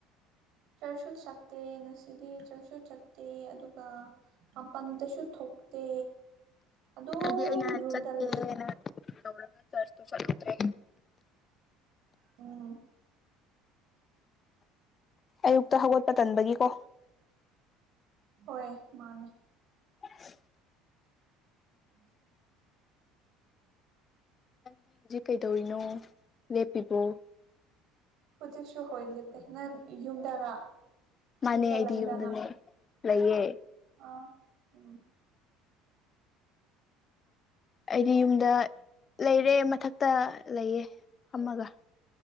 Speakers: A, on the right; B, on the left.
A: ꯆꯔꯆꯁꯨꯠ ꯆꯠꯇꯦ ꯅꯁꯤꯗꯤ ꯆꯔꯆꯁꯨ ꯆꯠꯇꯦ ꯑꯗꯨꯒ ꯃꯄꯟꯇꯁꯨ ꯊꯣꯛꯇꯦ ꯑꯗꯨꯝ
B: ꯍꯥꯏꯗꯤ ꯑꯩꯅ
A: ꯔꯨꯝꯗ
B: ꯆꯠꯀꯦꯅ
A: ꯂꯩꯌꯦ
B: ꯇꯧꯔꯒ ꯆꯔꯆ ꯇꯣ ꯆꯠꯂꯨꯇ꯭ꯔꯦ
A: ꯎꯝ
B: ꯑꯌꯨꯛꯇ ꯍꯧꯒꯠꯄ ꯇꯟꯕꯒꯤꯀꯣ
A: ꯍꯣꯏ ꯃꯥꯅꯦ
B: <inaudible>
A: ꯎꯝ
B: ꯅꯪꯗꯤ ꯍꯧꯖꯤꯛ ꯀꯩꯗꯧꯔꯤꯅꯣ ꯂꯦꯞꯄꯤꯕꯣ
A: ꯍꯧꯖꯤꯛꯁꯨ ꯍꯣꯏ ꯂꯤꯕꯕꯦ ꯅꯪ ꯌꯨꯝꯗꯔ
B: ꯃꯥꯅꯦ
A: ꯌꯨꯝꯗ
B: ꯑꯩꯗꯤ
A: ꯂꯩꯕ꯭ꯔꯥ
B: ꯌꯨꯝꯗꯅꯦ
A: ꯅꯪ
B: ꯂꯩꯌꯦ
A: ꯑ ꯎꯝ
B: ꯑꯩꯗꯤ ꯌꯨꯝꯗ ꯂꯩꯔꯦ ꯃꯊꯛꯇ ꯂꯩꯌꯦ ꯐꯝꯃꯒ